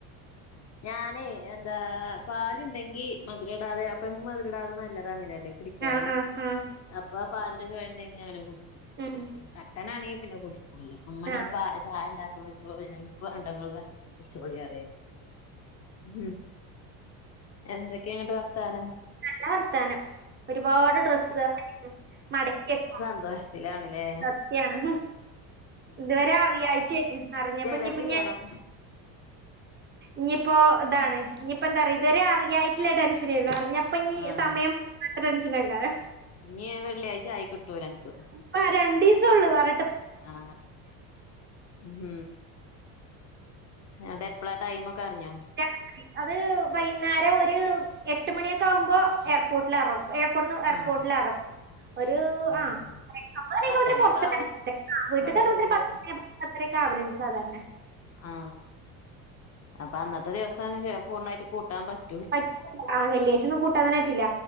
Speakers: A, on the right; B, on the left.
A: <inaudible>
B: ഞാനേ എന്താ പാല്ണ്ടെങ്കി മധുരടാതെ അപ്പൊമ്മക്ക് മധുരടാതെ നല്ലതങ്ങനെ ല്ലെ കുടിക്കാന്
A: ആഹ് ആഹ് ആഹ്
B: അപ്പാ പാലിന്റെ ചൊയണ്ടെങ്കി അങ്ങനെ കുടിച്ചും
A: ഉം
B: ല്ലെ ട്ടനാണെങ്കി പിന്നെ കുടിക്കൂല്ല മ്മ ന്നോട്
A: ആഹ്
B: പാ ചായണ്ടാക്കണോയ്ച്ചപ്പോ പിന്നെ ഇൻക്ക് വാണ്ട ഇങ്ങള് കാച്ചി കുടിച്ചോളി പറയും ഉം എന്തൊക്കെങ്ങട്ട് വർത്താനം
A: നല്ല വർത്താനം ഒരുപാട് ഡ്രസ്സ് <unintelligible> മടക്കിയെക്കാന്
B: ന്തോഷത്തിലാണ് ലെ
A: സത്യാണ് ഇതുവരെ അറിയായിറ്റേനു അറിഞ്ഞപ്പഞ്ഞിപ്പയ്
B: ചെലവ് ചെയ്യണം
A: ഞ്ഞി പ്പോ ഇതാണ് ഞ്ഞിപ്പോ എന്താറിയോ ഇത് വെരെ അറിയായിട്ടില്ല ടെൻഷനേര്ന്നു അറി പ്പഞ്ഞി
B: ആഹ്
A: സമയം പോകാത്ത ടെൻഷനേക്കാരം
B: ഇനി വെള്ളിയാഴ്ച്ചായിക്കിട്ടൂലൻക്ക്
A: പ്പ രണ്ടീസൊള്ളു വറ
B: ആ ഉം അടെപ്പളാ ടൈമ് ക്കർഞ്ഞോ
A: രാത്രി അത് വൈന്നേരം ഒരു എട്ട് മണിയൊക്കാകുമ്പോ എയർപോർട്ടിലെറങ്ങും എയർപോർന്ന് എയർപോർട്ടിലെറ
B: ആഹ്
A: ഒരു ആ
B: ആഹ്
A: <unintelligible>
B: പത്തണിയൊക്കെ ആവും
A: വീട്ട്ക്കെത്തുമ്പോത്തിന്
B: ഇവിടെ എത്തുമ്പോക്ക്
A: പത്ത് <unintelligible> പത്തരൊക്കാവല്ണ്ട് സാധാരണെ
B: ആ അപ്പൊ അന്നത്തെ ദിവസം പൂർണ്ണായിട്ട് കൂട്ടാൻ പറ്റ്
A: പറ്റ ആ വെള്ളിയാഴ്ച്ചൊന്നും കൂട്ടാതെന്നെ പറ്റൂല